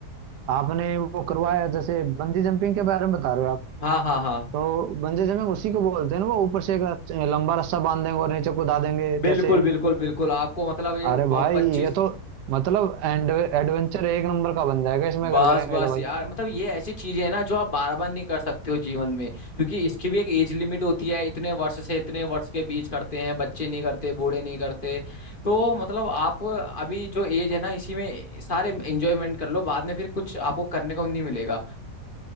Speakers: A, on the right; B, on the left.
A: आपने वो करवाया जैसे बंजी जंपिंग के बारे में बता रहे हो आप
B: हाँ हाँ हाँ
A: तो बंजी जंपिंग उसी को बोलते हैं ना वो ऊपर से एक रस- लंबा रस्सा बांध देंगे और नीचे कूदा देंगे
B: बिल्कुल
A: जैसे
B: बिल्कुल बिल्कुल आपको मतलब ये
A: अरे
B: बहुत
A: भाई
B: पच्चीस
A: ये तो मतलब एंड एडवेंचर एक नंबर का बन जाएगा इसमें अगर
B: बस
A: करेंगे
B: बस
A: तो भाई
B: यार मतलब ये ऐसी चीज है ना जो आप बार बार नहीं कर सकते हो जीवन में क्योंकि इसकी भी एक एज लिमिट होती है इतने वर्ष से इतने वर्ष के बीच करते हैं बच्चे नहीं करते बूढ़े नहीं करते तो मतलब आप अभी जो एज है ना इसी में सारे एंजॉयमेंट कर लो बाद में फिर कुछ आपको करने को नहीं मिलेगा